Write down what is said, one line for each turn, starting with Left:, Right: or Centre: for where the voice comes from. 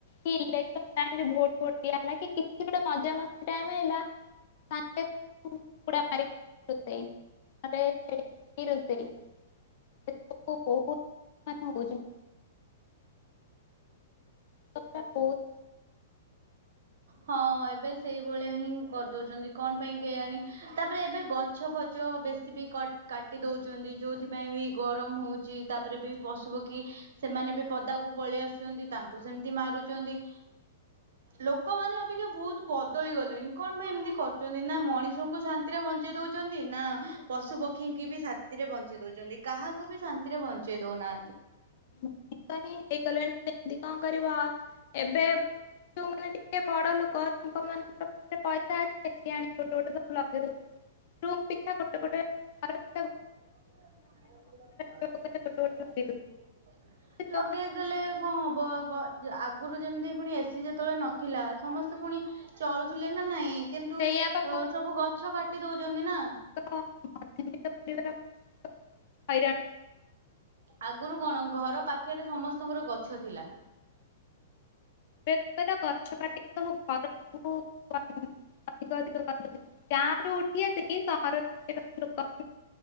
Left: କିଛିଇଲେକ୍ସନ୍ ଟାଇମ୍ ଭୋଟ୍ ଫୋଟ୍ ଦିଆହେଲା କିଛି ଗୋଟେ ମଜାମସ୍ତି ଟାଇମ୍ ହେଲା। <inaudible> ଏଇ ରୋଷେଇ ବହୁତ୍ <inaudible> <inaudible>
Right: ହ ହଁ ଏବେ ସେଇଭଳିଆ ହିଁ କରିଦଉଚନ୍ତି କଣ ପାଇଁ କେ ଆଣି ତାପରେ ଏବେ ଗଛ୍ ଗଛ ଫଛ ବେଶୀ ବି କଟ୍ କାଟି ଦେଉଚନ୍ତି ଯୋଉଥିପାଇଁ ବି ଗରମ ହଉଚି। ତାପରେ ବି ପଶୁ ପକ୍ଷୀ ସେମାନେ ବି ପଦାକୁ ପଳେଇ ଆସୁସନ୍ତି ତାଙ୍କୁ ସେମିତି ମାରୁଚନ୍ତି। ଲୋକମାନେ ଅବିକା ବହୁତ ବଦଳି ଗଲେଣି କଣ ପାଇଁ ଏମିତି କରୁଚନ୍ତି ନା, ନା ମଣିଷଙ୍କୁ ଶାନ୍ତି ଶାନ୍ତି ରେ ବଞ୍ଚେଇ ଦଉଚନ୍ତି ନା ପଶୁ ପକ୍ଷୀଙ୍କ ବି ସାତିରେ ବଞ୍ଚେଇ ଦଉଚନ୍ତି କାହାକୁ ବି ଶାନ୍ତି ଶାନ୍ତି ରେ ବଞ୍ଚେଇଦଉନାଆନ୍ତି।
Left: <inaudible> ହେଇଗଲେଣି କେମିତି କଣ କରିବ ଏବେ ସେମାନେ ତ ବଡ ଲୋକ ତାଙ୍କ ମାନଙ୍କୁ ତାଙ୍କର ପଇସା ଅଛି ସିଏ ଆଣି ଗୋଟେ ଗୋଟେ ଲଗେଇଦଉଚନ୍ତି <inaudible>
Right: <unintelligible>
Left: ଗୋଟେ ଗୋଟେ ଲଗେଇ ଦଉଛନ୍ତି ଯୋଉମାନେ
Right: ଲଗେଇ ଦେଲେ। କଣ ହବ ଘ ଆଗରୁ ଯେମିତି ପୁଣି ଏସି ଯେତେବେଳେ ନଥିଲା, ସମସ୍ତେ ପୁଣି ଚଳୁଥିଲେ ନା ନାଇଁ କିନ୍ତୁ
Left: ସେଇଆ
Right: ଅ
Left: ପା
Right: ସବୁ ଗଛ କାଟି ଦଉଚନ୍ତି ନା?
Left: ମଧ୍ୟମିକ ପରିବାର ହଇରାଣ
Right: ଆଗରୁ କଣ ଘର ପାଖେରେ ସମସ୍ତଙ୍କର ଗଛ ଥିଲା।
Left: ଏବେ ସବୁ ଗଛ କାଟି କି ସବୁ ଘରେ <inaudible> ଅଧିକ ଅଧିକ <inaudible> ଗାଁ ରୁ ଉଠି ଆସିକି ସହର ରେ ଲୋକ